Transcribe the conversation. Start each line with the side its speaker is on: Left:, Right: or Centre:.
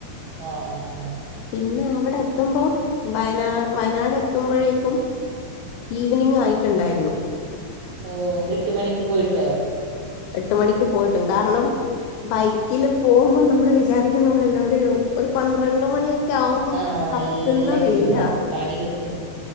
Right: ഓഹ് ഓഹ് ഓഹ്
Left: പിന്നെ അവടെ എത്തുമ്പോ വയനാ വയനാട് എത്ത് ത്തുമ്പഴേക്കും ഈവനിങ്ങായിട്ട്ണ്ടായിരുന്നു
Right: ഓഹ് എട്ട് മണിക്ക് പോയിട്ടോ?
Left: എട്ട് മണിക്ക് പോയിട്ടും കാരണം ബൈക്കില് പോകുമ്പം നമ്മള് വിചാരിക്കുന്ന പോലെയല്ല. ഒര് ഒരു പന്ത്രണ്ട് മണിയോ ക്കെ ആവുമ്പോം
Right: ആ നല്ല
Left: കത്ത്ന്ന വെയിലാ
Right: ചൂടാ പണി കിട്ടും